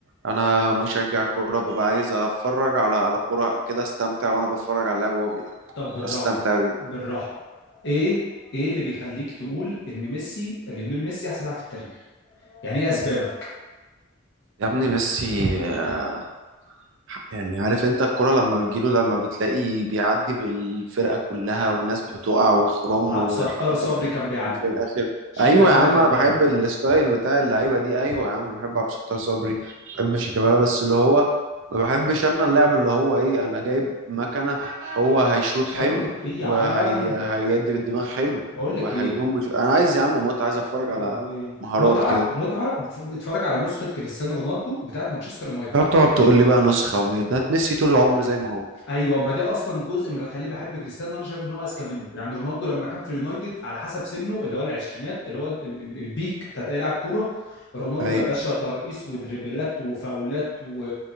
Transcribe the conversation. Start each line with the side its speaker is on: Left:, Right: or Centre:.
Right: انا مشجع كوره ببقى عايز اتفرج على على كوره كده استمتع وانا بتفرج على اللاعب وهو بيلعب
Left: طب بالراحه
Right: استمتع بيه
Left: بالراحه ايه ايه اللي بيخليك تقول ان ميسي ليونيل ميسي احسن لاعب في التاريخ يعني ايه اسبابك
Right: يا ابني ميسي آه، يعني عارف انت الكرة لما بتجيله لما بتلاقي بيعدي بالفرقة كلها والناس بتقع وخرام
Left: عبد
Right: وحركات
Left: الستار صبري كان بيعدي
Right: وفي الاخر
Left: شيكابالا
Right: ايوه يا عم
Left: كان
Right: انا
Left: بيعدي
Right: بحب الستايل بتاع اللعيبه دي ايوه يا عم بحب عبد الستار صبري بحب شيكابالا بس اللي هو ما بحبش انا اللعب اللي هو ايه انا جايب مكنه هو هيشوط
Left: ما
Right: حلو
Left: كانت ايه يا
Right: وهي
Left: عم
Right: هيدي بالدماغ حلو
Left: بقول
Right: وهيدوم
Left: لك ايه
Right: بش... انا عايز يا عم متعه عايز اتفرج
Left: يا لهوي
Right: على مهارات
Left: متعه
Right: كده
Left: متعه اتف- اتفرج على نسخه كريستيانو رونالدو بتاعت مانشستر يونايتد
Right: لا تقعد تقول لي بقى نسخه وميادات ميسي طول العمر زي ما هو
Left: ايوه ما دي اصلا جزء من اللي خليه بحب كريستيانو انا شايف ان هو اذكى منه يعني رونالدو لما كان في اليونايتد على حسب سنه اللي هو العشرينات اللي هو ال- ال- البيك بتاعت اي لاعب كوره رونالدو
Right: ايوه
Left: يا باشا ترقيص ودريبلات وفاولات و...